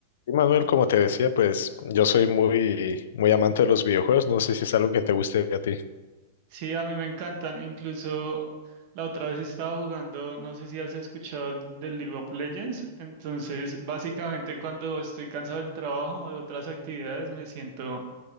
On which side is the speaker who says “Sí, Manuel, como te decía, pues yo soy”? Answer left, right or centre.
Left